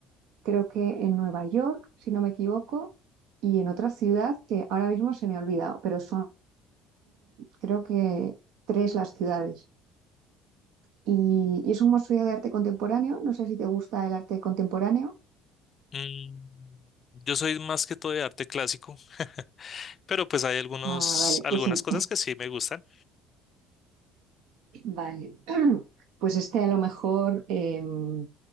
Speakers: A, on the right; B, on the left.
A: creo que en Nueva York, si no me equivoco, y en otra ciudad que ahora mismo se me ha olvidado, pero son creo que tres las ciudades. Y, y es un museo de arte contemporáneo. No sé si te gusta el arte contemporáneo.
B: Mm, yo soy más que todo de arte clásico, <laughs> pero pues hay algunos,
A: Ah, vale,
B: algunas
A: pues en-
B: cosas que sí me gustan.
A: <laughs> vale. Pues este a lo mejor em,